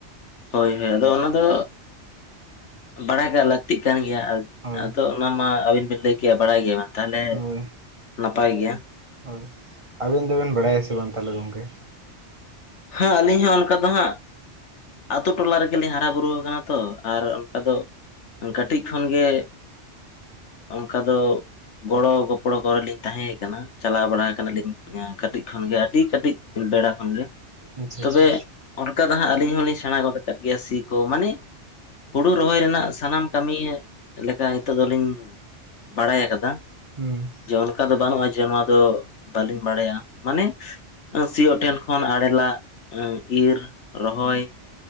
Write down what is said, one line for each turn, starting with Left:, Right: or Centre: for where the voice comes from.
Left: ᱦᱳᱭ ᱦᱳᱭ ᱟᱫᱚ ᱚᱱᱟ ᱫᱚ ᱵᱟᱲᱟᱭᱟᱜ ᱞᱟᱹᱠᱛᱤᱜ ᱠᱟᱱ ᱜᱮᱭᱟ
Right: ᱦᱳᱭ
Left: ᱟᱫᱚ ᱚᱱᱟ ᱢᱟ ᱟᱹᱵᱤᱱ ᱵᱤᱱ ᱞᱟᱹᱭ ᱠᱮᱜᱼᱟ ᱵᱟᱲᱟᱭ ᱜᱮᱭᱟ ᱵᱮᱱ ᱛᱟᱦᱚᱞᱮ
Right: ᱦᱳᱭ
Left: ᱱᱟᱯᱟᱭ ᱜᱮᱭᱟ
Right: ᱦᱳᱭ ᱟᱵᱮᱱ ᱫᱚᱵᱮᱱ ᱵᱟᱲᱟᱭᱟ ᱥᱮ ᱵᱟᱝ ᱛᱟᱦᱚᱞᱮ ᱜᱚᱢᱠᱮ?
Left: ᱦᱮᱸ ᱟᱹᱞᱤᱧ ᱦᱚᱸ ᱚᱱᱠᱟ ᱫᱚ ᱦᱟᱸᱜ ᱟᱛᱳ ᱴᱚᱞᱟ ᱨᱮᱜᱮᱞᱤᱧ ᱦᱟᱨᱟ ᱵᱩᱨᱩ ᱟᱠᱟᱱᱟ ᱛᱚ ᱟᱨ ᱚᱱᱠᱟ ᱫᱚ ᱠᱟᱹᱴᱤᱡ ᱠᱷᱚᱱᱜᱮ ᱚᱱᱠᱟ ᱫᱚ ᱜᱚᱲᱚ ᱜᱚᱯᱚᱲᱚ ᱠᱚᱨᱮᱞᱤᱧ ᱛᱟᱦᱮᱸ ᱠᱟᱱᱟ ᱪᱟᱞᱟᱣ ᱵᱟᱲᱟ ᱟᱠᱟᱱᱟᱞᱤᱧ ᱠᱟᱹᱴᱤᱡ ᱠᱷᱚᱱᱜᱮ ᱟᱹᱰᱤ ᱠᱟᱹᱴᱤᱡ ᱵᱮᱲᱟ ᱠᱷᱚᱱ ᱜᱮ
Right: ᱟᱪᱪᱷᱟ
Left: ᱛᱚᱵᱮ
Right: ᱟᱪᱪᱷᱟ
Left: ᱚᱱᱠᱟ ᱫᱚ ᱦᱟᱸᱜ ᱟᱹᱞᱤᱧ ᱦᱚᱞᱤᱧ ᱥᱮᱸᱬᱟ ᱜᱚᱫ ᱠᱟᱜ ᱜᱮᱭᱟ ᱥᱤ ᱠᱚ ᱢᱟᱱᱮᱼᱼ ᱦᱩᱲᱩ ᱨᱚᱦᱚᱭ ᱨᱮᱱᱟᱜ ᱥᱟᱱᱟᱢ ᱠᱟᱹᱢᱤ ᱞᱮᱠᱟ ᱱᱤᱛᱚᱜ ᱫᱚᱞᱤᱧᱼᱼ ᱵᱟᱲᱟᱭ ᱟᱠᱟᱫᱟ᱾
Right: ᱦᱩᱸ
Left: ᱡᱮ ᱚᱱᱠᱟ ᱫᱚ ᱵᱟᱹᱱᱩᱜᱼᱟ ᱡᱮ ᱱᱚᱣᱟ ᱫᱚ ᱵᱟᱹᱞᱤᱧ ᱵᱟᱲᱟᱭᱟ ᱢᱟᱱᱮ ᱥᱤᱭᱳᱜ ᱴᱷᱮᱱ ᱠᱷᱚᱱᱼᱼ ᱟᱲᱮᱞᱟᱜ ᱤᱨ ᱨᱚᱦᱚᱭ,